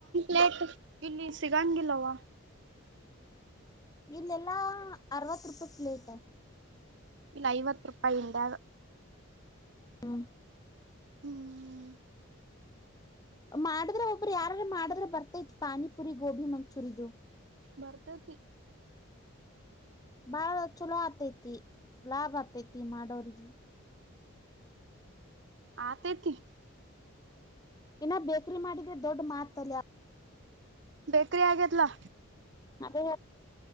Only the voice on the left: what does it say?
ಇಲ್ಲೆಲ್ಲಾ ಅರವತ್ತು ರೂಪಾಯಿ ಪ್ಲೇಟ್
ಹ್ಮ್
ಮಾಡಿದ್ರೆ ಒಬ್ಬರು ಯಾರಾರ ಮಾಡಿದ್ರ ಬರ್ತೈತಿ ಪಾನಿಪುರಿ ಗೋಬಿ ಮಂಚೂರಿ ಇದು
ಬಾಳ ಚಲೋ ಆತೈತಿ ಲಾಭ್ ಆತೈತಿ ಮಾಡೋ್ರಗ
ಇನ್ನ ಬೇಕ್ರಿ ಮಾಡಿದ್ರೆ ದೊಡ್ ಮಾತಲ್ಲಿ
ಅೇ